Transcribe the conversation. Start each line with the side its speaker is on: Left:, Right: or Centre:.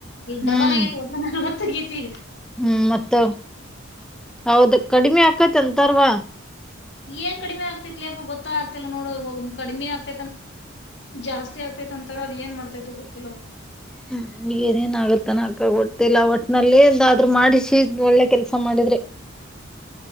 Left: ಇಲ್ಲಿ
Centre: ಹ್ಮ್
Left: ಡಬಲ್ ಆಗೈತಿ ಒಂದವತ್ತು ತಗೈತಿ
Centre: ಹ್ಮ್ ಮತ್ತ ಹೌದ ಕಡಿಮೆ ಆಾಕತ್ಂತಾರವಾ
Left: ಏನ್ ಕಡಿಮೆ ಆಗ್ತತಿತ್ಲಪ ಗೊತ್ತಾ ಆಗ್ತಿಲ್ಲ ನೋಡ ಹೋಗ ಕಡಿಮೆ ಆಗ್ತೈತ್ಂತ ಜಾಸ್ತಿ ಆಗ್ತೈತ್ ಅಂತಾರ ಅದ್ ಏನ್ ಮಾಡ್ತೈತೋ ಗೊತ್ತಿಲ್ಲವ
Centre: ಹ್ಮ ಏನೇಏನ್ ಆಗತ್ತನ ಅಕ್ಕ ಗೊತಿಲ್ಲ ಒಟ್ಟನಲ್ಲಿಾದ್ರರು ಮಾಡಿಸಿ ಒಳ್ಳೆ ಕೆಲ್ಸ ಸ ಮಾಡಿದ್ರಿ